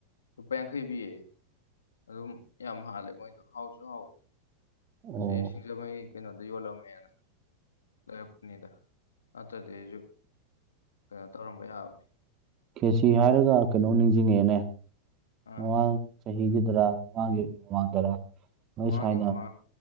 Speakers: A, on the left (about 70°); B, on the right (about 30°).
A: ꯂꯨꯄꯥ ꯌꯥꯡꯈꯩ ꯄꯤꯌꯦ ꯑꯗꯨꯝ ꯌꯥꯝ ꯍꯥꯜꯂꯦ ꯃꯣꯏꯗꯣ ꯍꯥꯎꯁꯨ ꯍꯥꯎꯋꯦ
B: ꯑꯣ
A: ꯑꯁꯤꯁꯤꯡ ꯗ ꯃꯣꯏ ꯀꯩꯅꯣꯗ ꯌꯣꯜꯂꯝꯃꯦꯅ ꯂꯩꯔꯛꯄꯅꯤꯗ ꯅꯠꯇ꯭ꯔꯗꯤ ꯑꯩꯖꯨ ꯀꯩꯅꯣ ꯇꯧꯔꯝꯕ ꯌꯥꯕꯅꯤ
B: ꯈꯦꯆꯤ ꯍꯥꯏꯔꯒ ꯀꯩꯅꯣꯝ ꯅꯤꯡꯖꯤꯡꯉꯦꯑꯦꯅꯦ
A: ꯑꯥ
B: ꯃꯃꯥꯡ ꯆꯍꯤꯒꯤꯗꯔ ꯃꯃꯥꯡꯒꯤ ꯃꯃꯥꯡꯗꯔ ꯅꯣꯏ
A: ꯃꯃꯥꯡꯒꯤ
B: ꯁꯥꯏꯅ
A: ꯃꯃꯥꯡ